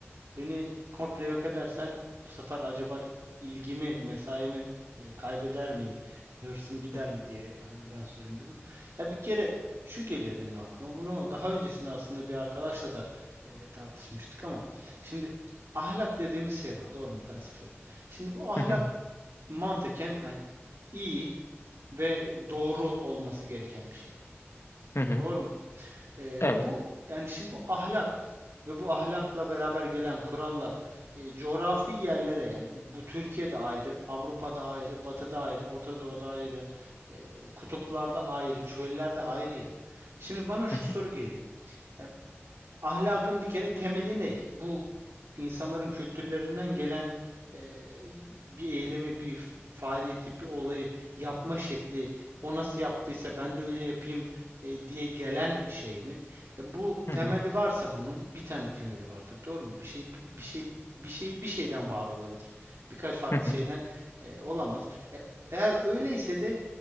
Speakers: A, on the right; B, on the left.
A: Beni komple yok edersen bu sefer acaba ilgimi, mesaimi e, kaybeder miyim? Hırsım gider
B: hı hı,
A: mi diye hani ben sorayım dedim. Ya bir kere şu geliyor benim aklıma. Bunu daha öncesinde aslında bir arkadaşla da e, tartışmıştık ama şimdi ahlak dediğimiz şey var, doğru mu felsefede? Şimdi bu ahlak
B: hı hı,
A: mantıken hani iyi ve doğru olması gereken bir şey.
B: hı hı.
A: Doğru mu? E,
B: Evet.
A: bu yani şimdi bu ahlak ve bu ahlakla beraber gelen kurallar e, coğrafi yerlere yani bu Türkiye'de ayrı, Avrupa'da ayrı, Batı'da ayrı, Orta Doğu'da ayrı, e, kutuplarda ayrı, çöllerde ayrı ya. Şimdi bana şu
B: Hı hı,
A: soru geliyor. E, ahlakın bir kere temeli ne? Bu insanların kültürlerinden gelen e, bir eylemi, bir faaliyeti, bir olayı yapma şekli, o nasıl yaptıysa ben de öyle yapayım e, diye gelen şey mi? E, bu
B: hı
A: temeli
B: hı,
A: varsa bunun bir tane temeli vardır, doğru mu? Bir şey bi- bir şey bir şey bir şeyden var olabilir. Birkaç farklı
B: hı hı,
A: şeyden e, olamaz. E, eğer öyleyse de